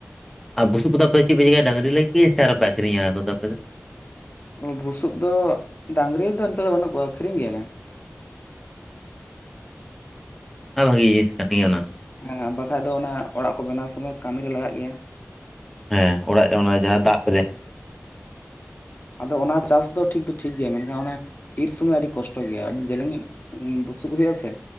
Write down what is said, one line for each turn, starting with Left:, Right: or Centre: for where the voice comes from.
Centre: ᱟᱨ ᱵᱩᱥᱩᱯᱟ ᱟᱯᱮ ᱪᱮᱫ ᱯᱮ ᱪᱤᱠᱟᱹᱭᱟ ᱰᱟᱝᱨᱤ ᱞᱟ. ᱜᱤᱫ ᱥᱮ ᱟᱨᱦᱚ ᱯᱮ ᱟᱹᱠᱷᱨᱤᱧᱟ ᱟᱯᱮ ᱫᱚ
Left: ᱚ ᱵᱩᱥᱩᱯ ᱫᱚ ᱰᱟᱝᱨᱤ ᱫᱚ ᱱᱤᱛᱚᱜ ᱫᱚ ᱵᱟᱹᱱᱩᱜ ᱠᱚᱣᱟ ᱟᱹᱠᱷᱨᱤᱤᱧ ᱜᱮᱭᱟᱞᱮ
Centre: ᱟᱨ ᱵᱷᱟᱹᱜᱤ ᱡᱤᱱᱤᱥ ᱠᱟᱱ ᱜᱮᱭᱟ ᱚᱱᱟ
Left: ᱦᱮᱸ ᱵᱟᱠᱷᱟᱡ ᱫᱚ ᱚᱱᱟ ᱚᱲᱟᱜ ᱠᱚ ᱵᱮᱱᱟᱣ ᱥᱚᱢᱚᱭ ᱠᱟᱹᱢᱤᱨᱮ ᱞᱟᱜᱟᱜ ᱜᱮᱭᱟ
Centre: ᱦᱮᱸ ᱚᱲᱟᱜ ᱚᱱᱟ ᱡᱟᱦᱟᱸ ᱫᱟᱯ
Left: ᱟᱫᱚ ᱚᱱᱟ ᱪᱟᱥ ᱫᱚ ᱴᱷᱤᱠ ᱫᱚ ᱴᱷᱤᱠ ᱜᱮᱭᱟ ᱢᱮᱱᱠᱷᱟᱱ ᱚᱱᱮ ᱤᱨ ᱥᱩᱚᱢᱚᱭ ᱟᱹᱰᱤ ᱠᱚᱥᱴᱚ ᱜᱮᱭᱟ ᱟᱹᱰᱤ ᱡᱮᱞᱮᱧ ᱵᱩᱥᱩᱵ ᱦᱩᱭᱩᱜ ᱟᱥᱮ